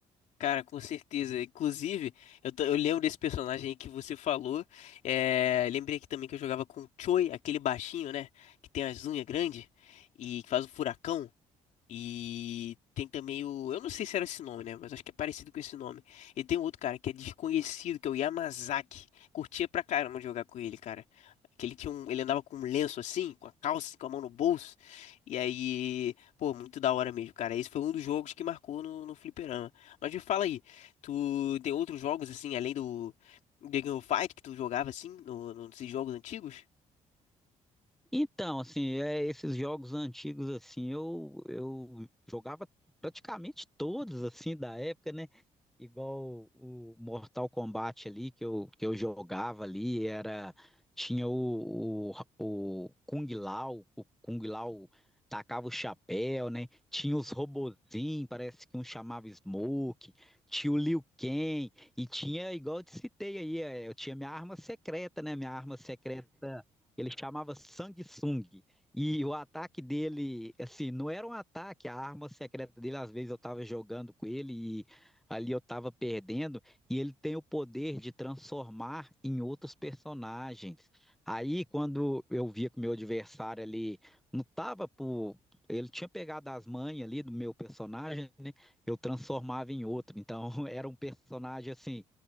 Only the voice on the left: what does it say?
Cara, com certeza. Inclusive, eu, tô- eu lembro desse personagem aí que você falou. É, lembrei aqui também que eu jogava com o Choi, aquele baixinho, né? Que tem as unhas grandes e que faz o furacão. E tem também o. Eu não sei se era esse nome, né? Mas acho que é parecido com esse nome. E tem um outro cara que é desconhecido, que é o Yamazaki. Curtia pra caramba de jogar com ele, cara. Que ele tinha um. Ele andava com um lenço assim, com a calça, com a mão no bolso. E aí. Pô, muito da hora mesmo, cara. Esse foi um dos jogos que marcou no, no fliperama. Mas me fala aí, tu tem outros jogos assim, além do. Dragon Fight que tu jogava assim, no, no- nesses jogos antigos?